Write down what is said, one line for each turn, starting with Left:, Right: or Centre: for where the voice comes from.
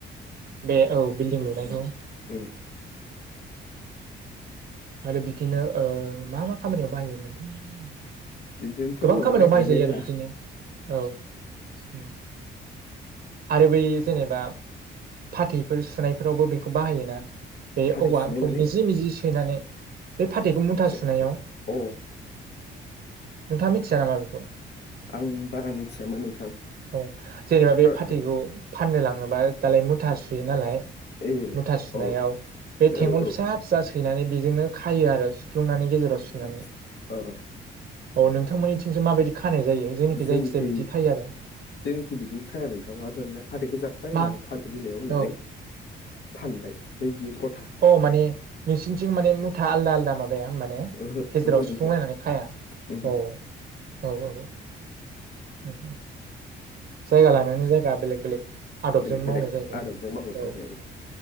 Right: बे औ बिल्डिं लुनायखौ
Left: उम
Right: आरो बिदिनो ओ मा मा खामानियाव बाहायोमोनलै ओम
Left: बिदिनोथ'
Right: गोबां
Left: औवानि
Right: खामानियाव
Left: बाहायनाया
Right: बाहायजायो
Left: मेरला
Right: आरो बिदिनो औ ओम आरो बै जेनेबा फाथैफोर सुनायफोरावबो बेखौ बाहायोना बे
Left: फाथै
Right: औवाखौ
Left: सुनाय माने
Right: मिजि मिजि सैनानै बे फाथैखौ मुथा
Left: आदसा
Right: सुनायाव
Left: अ
Right: नोंथाङा मिथिया नामा बेखौ?
Left: आं बारा मिथियामोन नोंथां
Right: औ जेनेबा
Left: थार
Right: बे फाथैखौ फाननो लाङोबा दालाय मुथा सुयो नालाय
Left: ए
Right: मुथा सुनायाव
Left: औ औ
Right: बे थेंवल
Left: औ
Right: फिसा फिसा सैनानै बेजोंनो खायो आरो सुफ्लुंनानै गेजेराव सुनानै
Left: आदसा अ
Right: औ नोंथांमोननिथिंसो माबायदि खानाय जायो जोंनिखि
Left: जोंनिखै
Right: जायखिजाया बिदि खायो आरो
Left: जोंनिखि बिदि खाया नोंथां मा होनो मोनलाय फाथैखौ जाब्बाय
Right: मा
Left: उनाव थालिर बिलाइयाव होनानै
Right: औ
Left: फानबाय बैदि गथा
Right: औ माने नोंसिनिथिं माने मुथा आलदा आलदा माबाया होमबा ने
Left: ओहो
Right: गेजेराव
Left: ओहो नोंथां
Right: सुफुंलायनानै खाया
Left: ओहो
Right: औ औ नंगौ ओम ओम जायगा लानानै जायगा बेलेग बेलेग आदबजों
Left: बेलेग बेलेग
Right: मावनाय जाहैबाय
Left: आदबजों
Right: होन
Left: मावोथ'
Right: औ
Left: आरो